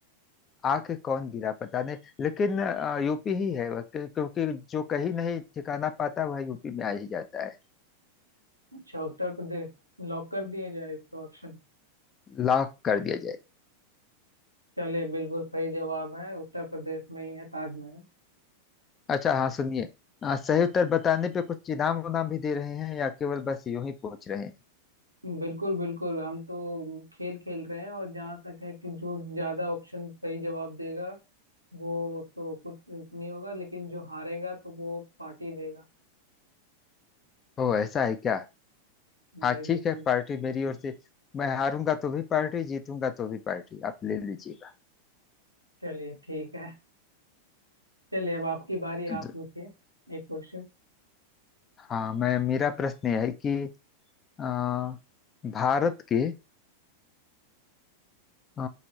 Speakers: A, on the left; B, on the right.
A: आके कौन गिरा पता नहीं लेकिन अ, यूपी ही है वह, क्यों- क्योंकि जो कहीं नहीं ठिकाना पाता वह यूपी में आ ही जाता है
B: अच्छा उत्तर प्रदेश लॉक कर दिया जाए इसका ऑप्शन
A: लॉक कर दिया जाए
B: चलिए बिल्कुल सही जवाब है उत्तर प्रदेश में ही है ताजमहल
A: अच्छा हाँ सुनिए अ, सही उत्तर बताने पे कुछ इनाम उनाम भी दे रहे हैं या केवल बस यूं ही पूछ रहे हैं
B: बिल्कुल बिल्कुल हम तो खेल खेल रहे हैं और जहाँ तक है कि जो ज्यादा ऑप्शन सही जवाब देगा वो तो कुछ नहीं होगा लेकिन जो हारेगा तो वो पार्टी देगा
A: ओ ऐसा है क्या हाँ
B: जी
A: ठीक
B: बिल्कुल
A: है पार्टी मेरी ओर से मैं हारूंगा तो भी पार्टी जीतूंगा तो भी पार्टी आप ले लीजिएगा
B: चलिए ठीक है चलिए अब आपकी बारी
A: द-
B: आप पूछिए एक क्वेश्चन
A: हाँ मैं मेरा प्रश्न यह है कि अ, भारत के अ,